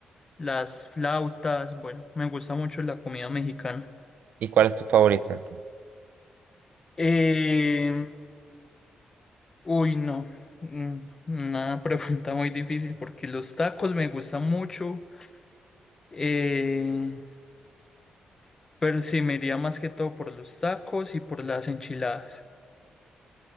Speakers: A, on the left; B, on the right.
A: las flautas. Bueno, me gusta mucho la comida mexicana.
B: ¿Y cuál es tu favorita?
A: Eh, uy, no. mm, Una <laughs> pregunta muy difícil porque los tacos me gustan mucho. Eh, Pero sí, me iría más que todo por los tacos y por las enchiladas.